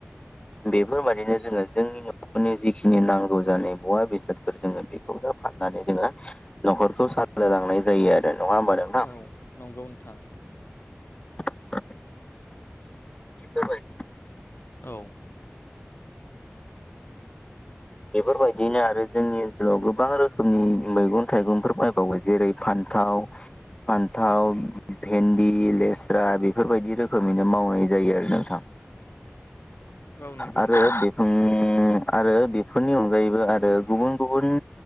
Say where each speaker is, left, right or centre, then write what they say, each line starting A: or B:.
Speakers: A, on the left; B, on the left.
A: बेफोरबादिनो जोङो जोंनि न'खरनि जिखिनि नांगौ जानाय मुवा बेसादफोर जोंङो बेखौनो फाननानै जोंङो न'खरखौ सालायलांनाय जायो आरो नंङा होमबा नोंथां
B: औ नंगौ नोंथां।
A: <unintelligible> बेफोर बाइदि
B: औ
A: बेफोरबायदिनो आरो जोंनि ओनसोलाव गोबां रोखोमनि मैगं थाइगंफोर बायबावो जेरै फान्थाव फान्थाव भेन्दि लेस्रा बेफोरबायदि रोखोमैनो मावनाय जायो आरो नोंथां
B: औ नंगौ
A: आरो
B: नोंथां
A: <unintelligible> आरो बेफोरनि अनगायैबो आरो गुबुन-गुबुन